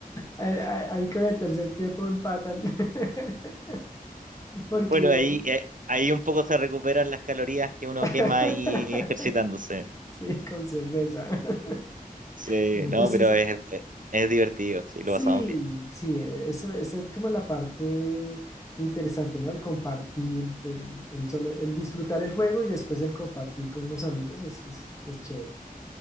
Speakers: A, on the left; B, on the right.
A: Ahí ahí con el tercer tiempo empatan. <laughs> Porque,
B: Bueno, ahí, eh, ahí un poco se recuperan las calorías que uno
A: <laughs>
B: quema ahí ejercitándose.
A: sí, con cerveza. <laughs>
B: Sí, no,
A: Eso
B: pero
A: es,
B: es, es, es divertido, sí,
A: Sí,
B: lo pasamos bien.
A: sí, e-, eso, esa es como la parte interesante, ¿no? El compartir, el, el solo, el disfrutar el juego y después el compartir con los amigos es, es, es chévere,